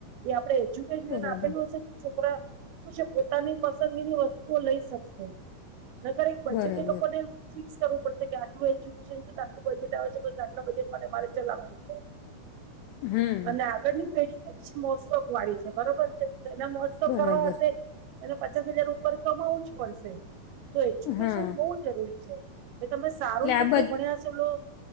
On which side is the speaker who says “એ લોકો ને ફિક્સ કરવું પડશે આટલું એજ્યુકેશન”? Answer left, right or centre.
Right